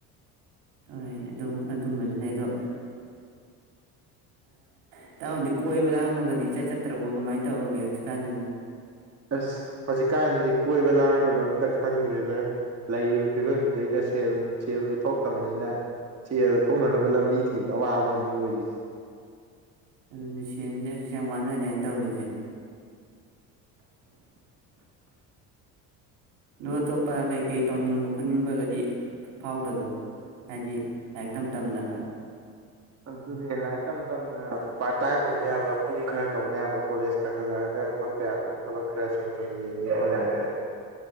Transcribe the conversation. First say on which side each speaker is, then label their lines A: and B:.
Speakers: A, on the right; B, on the right.
A: ꯍꯣꯏ ꯑꯗꯨꯝ ꯑꯗꯨꯝꯃꯁꯨ ꯂꯩ ꯑꯗꯣ ꯏꯇꯥꯎꯗꯤ ꯀꯣꯏꯕ ꯂꯥꯡꯕꯒꯗꯤ ꯏꯆꯠ ꯆꯠꯇ꯭ꯔꯕꯣ ꯀꯃꯥꯏꯅ ꯇꯧꯔꯒꯦ ꯍꯧꯖꯤꯛꯀꯥꯟꯁꯤꯕꯣ
B: ꯑꯁ ꯍꯧꯖꯤꯛꯀꯥꯟꯗꯤ ꯀꯣꯏꯕ ꯂꯥꯟꯕꯒ ꯈꯪꯗ꯭ꯔꯦ <unintelligible> ꯂꯩꯌꯦ ꯐꯤꯕꯝꯗꯨꯗꯩꯗ ꯁꯦꯜ ꯁꯦꯜꯁꯨ ꯊꯣꯛꯇꯕꯅꯤꯅ ꯁꯦꯜ ꯊꯣꯛꯅꯅꯕ ꯂꯝꯕꯤ ꯊꯤꯕꯗ ꯑꯋꯥꯕ ꯑꯝꯅꯦ ꯑꯣꯏꯔꯤꯁꯦ
A: ꯑꯗꯨꯅꯦ ꯁꯦꯟꯁꯦ ꯍꯧꯖꯤꯛ ꯌꯥꯝ ꯋꯥꯅꯔꯦꯅ ꯇꯧꯔꯤꯁꯦ ꯑ ꯑꯇꯣꯞꯄ ꯀꯩꯀꯩ ꯇꯧꯅꯤꯡꯕ ꯈꯣꯠꯅꯤꯡꯕꯒꯗꯤ ꯐꯥꯎꯗꯕ꯭ꯔꯣ ꯍꯥꯏꯗꯤ ꯂꯥꯏꯔꯤꯛ ꯇꯝ ꯇꯝꯅꯒ
B: ꯑꯗꯨꯅꯦ ꯂꯥꯏꯔꯤꯛ ꯇꯝ ꯇꯝꯅ ꯄꯥꯠ ꯇꯥꯏꯝ ꯑꯣꯏꯕ ꯌꯥꯕ ꯄꯨꯡ ꯈꯔ ꯇꯧꯕ ꯌꯥꯕ ꯀꯣꯂꯦꯁꯀ ꯍꯜꯂꯛꯑꯒ ꯈꯣꯠꯄ ꯌꯥꯕ ꯊꯕꯛ ꯈꯔ ꯁꯨꯝ ꯁꯨꯝ ꯌꯦꯡ ꯑꯣꯂꯥꯏꯟ